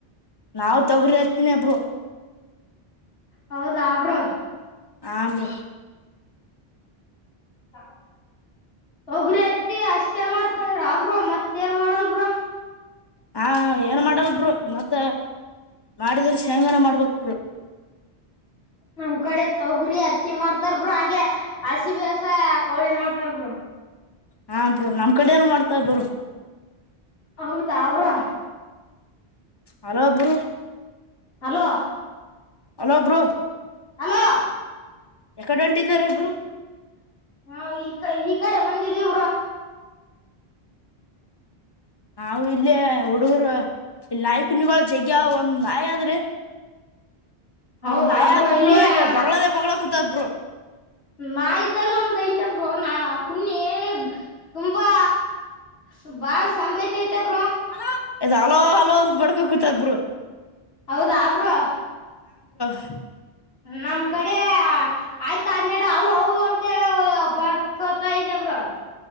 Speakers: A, on the left; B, on the left.
A: ನಾವ್ ತೊಗರಿ ಹತ್ತಿನಿ ಬ್ರೊ
B: ಹೌದಾ ಬ್ರೊ
A: ಹಾ ಬ್ರೊ
B: ಹ ಒಬರಿ ಅತ್ತಿ ಅಷ್ಟೇ ಮಾಡ್ತಾರ ಅವ್ರು ಮತ್ತೇಏನ್ ಮಾಡಲ್ಬ ಬ್ರೋ <unintelligible>
A: ಹಾ ಏನ್ ಮಾಡಲ್ ಬ್ರೊ ಮತ್ತ ಮಾಡಿದ್ರ ಶೇಂಗಾನೆ ಮಾಡ್ಬೇಕು ಬ್ರೊ
B: ನಮ್ ಕಡೆ ತೊಗ್ರಿ ಅತ್ತಿ ಮಾಡ್ತಾರ್ ಬ್ರೊ ಹಂಗೆ ಹಸಿ ಬೇಸಾಯ ಕೌಳಿ ಮಾಡ್ತಾರ ಬ್ರೊ
A: ಹಾ ಬ್ರೊ ನಮ್ ಕಡೆನು ಮಾಡ್ತಾರ ಬ್ರೊ
B: ಹೌದಾ ಅವ್ರ <unintelligible>
A: hello bro
B: hello
A: hello bro
B: hello
A: ಯಕಡೆ ಹೊಂಟಿದಾರ ಬ್ರೊ
B: ನಾವು ಈ ಈ ಕಡೆ ಬಂದಿದೀವಿ ಬ್ರೊ
A: ನಾವು ಇಲ್ಲೇ ಹುಡುಗರು ಇಲ್ಲಿ ನಾಯ್ ಕುನ್ನಿಗಳ ಜಗ್ಯವ್ ಒಂದ್ ನಾಯದ್ರಿ
B: ಹೌದಾ
A: ಒಂದ್ ನಾಯದ್
B: ಇಲ್ಲಿ
A: ಬ್ರೋ ಇದು
B: ನ-
A: ಬೋಗ್ಳದೇ ಬೋಗಳ ಕೂತದೆ ಬ್ರೋ
B: ನಾ ಇದ್ದಲ್ಲು ಒಂದ್ ಐತೆ ಬ್ರೋ ನ ಕುನ್ನಿ ತುಂಬಾ ಸ್ ಬಾಳ್ ಸಂಬಯಿತತಿ ಬ್ರೋ
A: ಹಲೋ ಇದ್ ಹಲೋ ಹಲೋ ಅಂತ ಬಡ್ಕೋ ಕುೂತ ಬ್ರೋ
B: ಹೌದ ಬ್ರೋ
A: ಸ್
B: ನಮ್ ಕಡೆ ಅ ಆಯ್ತಾ ಹನ್ನೆಡು ಅವು ಅವು ಅಂತೆ ಬರ್ಕೊತಾ ಇದೆ. ಬ್ರೋ